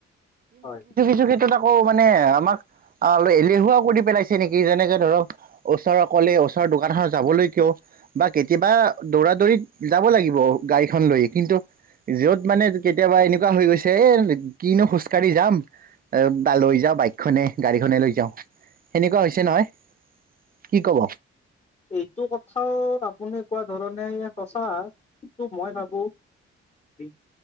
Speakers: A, on the left (about 20°); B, on the right (about 30°).
A: হয়।
B: কেইটাত আকৌ মানে আমাক। অ এলেহুৱা কৰি পেলাইছে নেকি যেনেকে ধৰক ওচৰৰ অকলে ওচৰৰ দোকানখন যাবলৈ কেয়ো। বা কেতিয়াবা দৌৰা দৌৰিত যাব লাগিব গাড়ীখন লৈ কিন্তু, ভিৰত মানে কেতিয়াবা এনেকুৱা হৈ গৈছে এ কিনো খোজ কাঢ়ি যাম। বা লৈ যাওঁ বাইক। খনে গাড়ীখনে লৈ যাওঁ সেনেকুৱা হৈছে নহয় কি ক'ব।
A: এইটো কথাও আপুনি কোৱাৰ ধৰণে সঁচা কিন্তু মই ভাবো। বি,